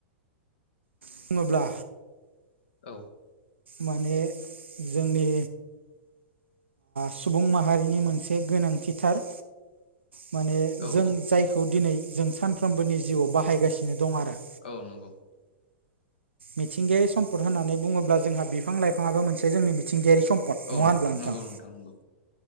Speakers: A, on the right; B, on the left.
A: बुङोब्ला
B: औ
A: माने जोंनि सुबुं माहारिनि मोनसे गोनांथिथार माने
B: औ
A: जों जायखौ दिनै जों सानफ्रोमबोनि जिउआव बाहायगासिनो दं आरो।
B: औ नंगौ
A: मिथिंगायारि सम्पद होननानै बुङोब्ला जोंहा बिफां लाइफाङाबो मोनसे जोंनि मिथिंगायारि सम्पद। पट
B: औ
A: नङा
B: नंगौ
A: होनबा नोंथां?
B: नंगौ नोंथां नंगौ